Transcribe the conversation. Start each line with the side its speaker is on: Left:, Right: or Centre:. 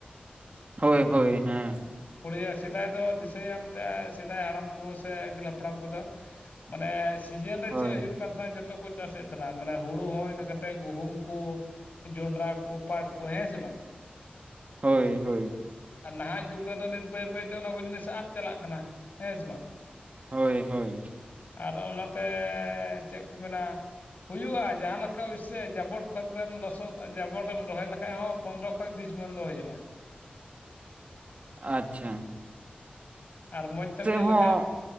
Right: ᱦᱳᱭ ᱦᱳᱭ ᱦᱮᱸ
Left: ᱠᱩᱲᱭᱟᱹ ᱥᱮᱫᱟᱭ ᱫᱚ ᱫᱤᱥᱟᱹᱭᱟᱢᱛᱮ ᱥᱮᱫᱟᱭ ᱦᱟᱲᱟᱢ ᱠᱚ ᱥᱮ ᱟᱹᱜᱤᱞ ᱦᱟᱯᱲᱟᱢ ᱠᱚᱫᱚ ᱢᱟᱱᱮ ᱥᱤᱡᱮᱱ ᱨᱮ
Right: ᱦᱳᱭ
Left: ᱪᱮᱫ ᱦᱩᱭᱩᱜ ᱛᱟᱦᱮᱱᱟ ᱡᱚᱛᱚ ᱠᱚ ᱪᱟᱥᱮᱫ ᱛᱟᱦᱮᱱᱟ ᱢᱟᱱᱮ ᱦᱩᱲᱩ ᱦᱚᱸ ᱤᱱᱟᱹ ᱠᱟᱛᱮᱫ ᱜᱩᱦᱩᱢ ᱠᱚ ᱡᱚᱱᱰᱨᱟ ᱠᱚ ᱯᱟᱴ ᱠᱚ ᱦᱮᱸ ᱥᱮ ᱵᱟᱝ
Right: ᱦᱳᱭ ᱦᱳᱭ᱾
Left: ᱟᱨ ᱱᱟᱦᱟᱜ ᱡᱩᱜᱽ ᱨᱮᱫᱚ ᱱᱤᱛ ᱵᱟᱹᱭ ᱵᱟᱹᱭᱛᱮ ᱚᱱᱟ ᱠᱚ ᱡᱤᱱᱤᱥ ᱟᱫ ᱪᱟᱞᱟᱜ ᱠᱟᱱᱟ ᱦᱮᱸ ᱥᱮ ᱵᱟᱝ?
Right: ᱦᱳᱭ ᱻᱦᱳᱭ ᱺ
Left: ᱟᱨ ᱚᱱᱟᱛᱮ ᱪᱮᱫ ᱠᱚ ᱢᱮᱱᱟ᱾ ᱦᱩᱭᱩᱜᱼᱟ ᱡᱟᱦᱟᱸ ᱞᱮᱠᱟ ᱚᱭᱥᱮ ᱡᱟᱵᱚᱴ ᱠᱷᱚᱛ ᱨᱮᱢ ᱞᱚᱥᱚᱫ ᱡᱟᱵᱚᱴᱮᱢ ᱨᱚᱦᱚᱭ ᱞᱮᱠᱷᱟᱡ ᱦᱚᱸ ᱾ ᱯᱚᱸᱱᱫᱽᱨᱚ ᱠᱷᱚᱡ ᱵᱤᱥ ᱵᱚᱱᱫᱚ ᱦᱳᱭᱳᱜᱼᱟ ᱾
Right: ᱟ-ᱪ-ᱪᱷᱟ ᱾
Left: ᱟᱨ ᱢᱚᱸᱡᱽ ᱛᱮᱢ ᱧᱮᱞ
Right: ᱦᱚᱸ
Left: ᱞᱮᱠᱟᱡ,